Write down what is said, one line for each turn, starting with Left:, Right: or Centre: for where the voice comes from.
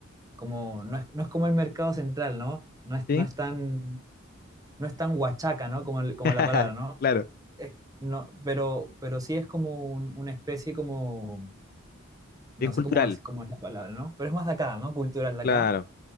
Right: como, no es, no es como el mercado central, ¿no? No es,
Left: ¿Sí?
Right: no es tan, no es tan huachaca, ¿no? Como, el- como
Left: <laughs>
Right: la palabra, ¿no?
Left: Claro.
Right: Es- no, pero, pero sí es como un- una especie como, no
Left: Bien cultural,
Right: sé cómo es, cómo es la palabra, ¿no? Pero es más de acá, ¿no? Cultural de
Left: claro.
Right: acá.